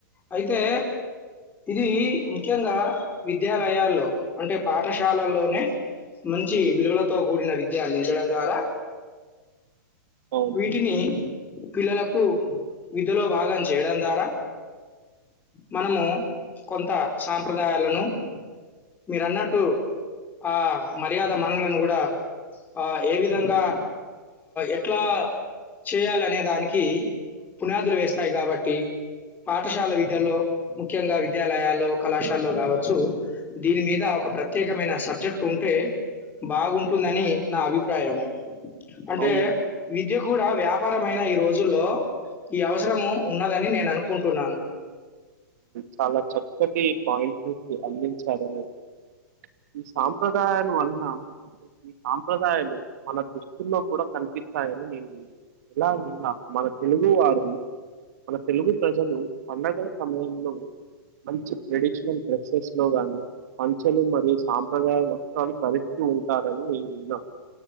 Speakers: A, on the left (about 15°); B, on the right (about 55°).
A: అయితే ఇది ముఖ్యంగా విద్యాలయాల్లో అంటే పాఠశాలల్లోనే మంచి విలువలతో కూడిన విద్య అందించడం ద్వారా
B: అవును
A: వీటిని పిల్లలకు విధ్యలో భాగం చేయడం ద్వారా మనము కొంత సాంప్రదాయాలను మీరు అన్నట్టు ఆ మర్యాద మనలను కూడా ఆ ఏ విధంగా ఎట్లా చేయాలినే దానికి పునాదులు వేస్తాయి కాబట్టి పాఠశాల విద్యలో ముఖ్యంగా విద్యాలయాల్లో కళాశాలలో కావచ్చు దీని మీద ఒక ప్రత్యేకమైన సబ్జెక్ట్ ఉంటే బాగుంటుందని నా అభిప్రాయం అంటే
B: అవును
A: విద్య కూడా వ్యాపారమైన ఈ రోజుల్లో ఈ అవసరము ఉన్నదని నేను అనుకుంటున్నాను
B: చాలా చక్కటి పాయింట్ను అందించారు మీరు ఈ సాంప్రదాయాలు వలన్నా ఈ సాంప్రదాయాలు మన దృష్టిల్లో కూడా కనిపిస్తాయని నేను ఇలా మన తెలుగు వారు మన తెలుగు ప్రజలు పండుగలు సమయంలో మంచి ట్రెడిషనల్ డ్రెస్సెస్లో గానీ పంచెలు మరియు సాంప్రదాయ వస్త్రాన్ని ధరిస్తూ ఉంటారని నేను విన్నాను